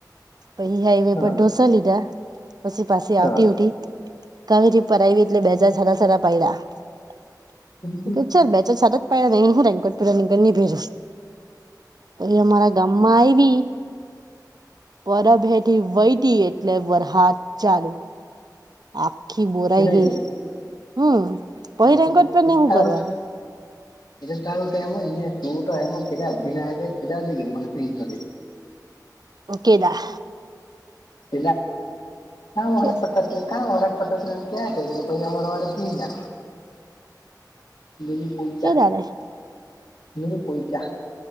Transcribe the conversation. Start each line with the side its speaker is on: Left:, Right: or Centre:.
Right: પછી હાઈવે
Left: હા
Right: પર ઢોસા લીધા પછી પાસે
Left: હા
Right: આવતી હોઠ કાવરી પ આવી એટલે બેજજ સરા સરા પૈડા્યા
Left: હમ
Right: બે સાદત પલા ન હું રેન્કટ પુરા નીકનીભેર કોઈ અમારા ગામમાં આવી પરભેઠી વહેટી એટલે વરસાદ ચાલુ આખી બોરાઈ
Left: ભીનાઈ
Right: ગઈ હમ પહી રેન્કોટ
Left: છે
Right: પેરને
Left: ના
Right: હું
Left: તોાલ
Right: કરવાની
Left: એટ સારું તો એમ જ ને તું તો એમ કે ભી કેા કે મને ભીન ને
Right: ઓકેદા
Left: પ કરા
Right: કે
Left: પતા કરા પ ક્યાં કર્યું કે પરવારે ભીને દ કોઈ
Right: કેદાડે
Left: હ કોઈચ